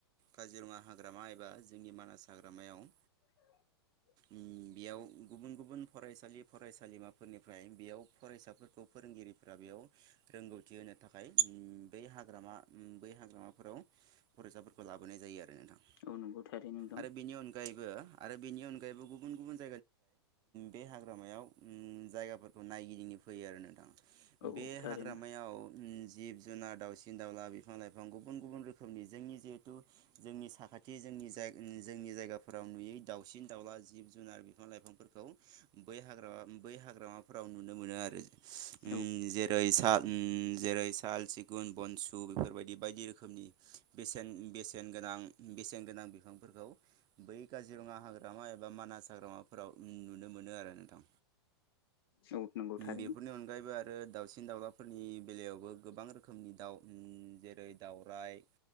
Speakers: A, on the right (about 30°); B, on the left (about 60°).
A: काजिरङा हाग्रामा एबा जोंनि मानास हाग्रामायाव
B: <inaudible>
A: उम बेयाव गुबुन गुबुन फरायसालि फरायसालिमाफोरनिफ्राय बेयाव फरायसाफोरखौ फोरोंगिरि फोराव बेयाव रोंगौथि होनो थाखाय बै हाग्रामा बै हाग्रामाफोराव फरायसाफोरखौ लाबोनाय जायो आरो नोंथां।
B: औ नंगौ थारैनो नोंथां
A: आरो बेनि अनगायबो आरो बेनि गुबुन गुबुन बे हाग्रामायाव उम जायगाफोरखौ नायगिदिंनो फैयो आरो नोंथाङा
B: औ औ
A: बे
B: थारैनो
A: हाग्रामायाव उम जिब जुनार दावउसिन दावउला बिफां लाइफां गुबुन गुबुन रोखोमनि जोंनि जिहेथु जोंनि साखाथि जोंनि जा जोंनि जायगाफोराव नुयै दाउसिन दाउला जिब जुनार बिफां लाइफांफोरखौ बै हाग्रा बै हाग्रामा फ्राव नुनो मोनो आरो उम
B: औ
A: जेरै सा उम जेरै साल सिगुन बनसु बेफोरबायदि बायदि रोखोमनि बेसे बेसेन गोनां बेसेनगोनां बिफांफोरखौ बै काजिरङा हाग्रामा एबा मानास हाग्रामाफोराव नुनो मोनो आरो नोंथां।
B: औ नंगौ थारैनो
A: बेफोरनि अनगायैबो आरो दाउसिन दाउलाफोरनि बेलायावबो गोबां रोखोमनि दाउ उम जेरै दावराइ